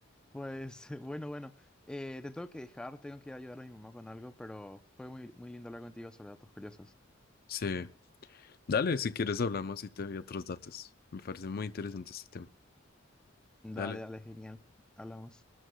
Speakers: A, in the centre; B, on the left.
A: Pues, <laughs> bueno, bueno, eh, te tengo que dejar, tengo que ir a ayudar a mi mamá con algo, pero fue muy, muy lindo hablar contigo sobre datos curiosos.
B: Sí. Dale, si quieres hablamos y te doy otros datos. Me parece muy interesante este tema.
A: Dale,
B: Dale.
A: dale, genial. Hablamos.